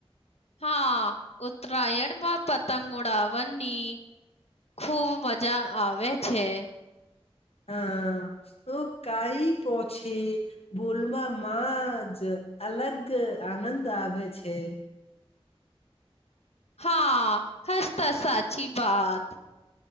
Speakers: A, on the left; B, on the left.
A: હા ઉતરાયડમાં પતંગ ઉડાવની ખુબ મજા આવે છે.
B: હા તો કાઈ પો છે. ભોલવા માં જ અલગ આનંદ આવે છે.
A: હા હસતા સાચી વાત.